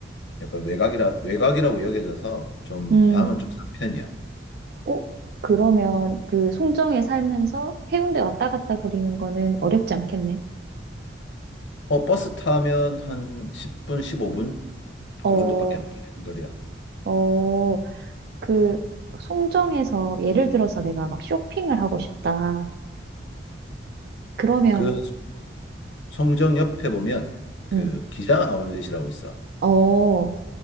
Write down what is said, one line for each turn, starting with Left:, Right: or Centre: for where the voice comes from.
Left: 약간 외곽이라 외곽이라고 여겨져서 좀
Right: 음,
Left: 방은 좀 싼 편이야.
Right: 어, 그러면 그 송정에 살면서 해운대 왔다 갔다 거리는 거는 어렵지 않겠네.
Left: 어, 버스 타면 한 10분, 15분?
Right: 어,
Left: 그 정도밖에 안 걸리는 거리야.
Right: 어, 그 송정에서 예를 들어서 내가 막 쇼핑을 하고 싶다. 그러면,
Left: 그 송정 옆에 보면 그
Right: 음,
Left: 기장 아울렛이라고 있어.
Right: 어,